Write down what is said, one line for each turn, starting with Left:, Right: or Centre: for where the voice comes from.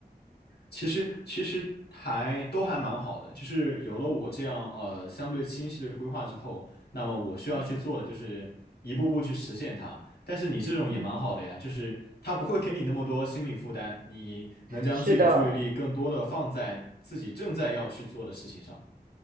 Left: 其实其实还都还蛮好的，就是有了我这样呃相对清晰的规划之后，那么我需要去做的就是一步步去实现它。
Right: 嗯
Left: 但是你这种也蛮好的呀，
Right: 嗯。
Left: 就是它不会给你那么多心理负担，你能将自己的注意力更多的放在自己正在要去做的事情上。
Right: 是的，